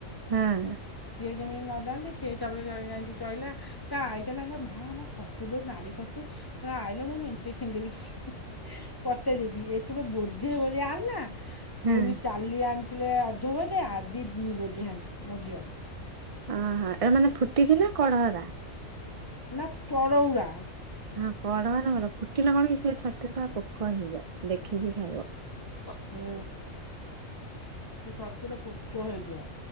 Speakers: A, on the right (about 65°); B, on the left (about 15°).
A: ହାଁ।
B: ଜିଏ ଯେମିନ ହାନ୍ତି ସେ ଚପରେ ଯା ଚହିଲା ତା ଆଇଚିଲା ମା ହେ ଛତୁ ଲୁ ନାରୀ ଛତୁ ତ ଆଇିଲ ମୁଁ ମଇ ଥିଡିରି ପ <unintelligible> କତେ ଦିଦି ଏ ତର ବୋଧେ ବୋଲି ଆ ନା ପୁଣି
A: ହଁ
B: ଚାଲଲି ଆନ ଥିଲେ ଅଧ ବୋଧେ ଆ ଦି ଦୁଇ ବୋଧିହାନ୍ତିେ ମୋ ଝିଅ
A: ଓହୋ ଏଟା ମାନେ ଫୁଟଛିି ନା କଢ଼ ହରା
B: ନା ଚରଉରା
A: ହଁ କଡଢ ହେଲେ ଭଲ ଫୁଟିଲେ କଣକି ସେ ଛତୁ ରେ ପୁରା ପୋକ ହେଇଯାଏ ଦେଖିକି ଖାଇବ।
B: ହୁଁ ସେ ଛତୁରେ ପୁକ ହେଇଯିବ।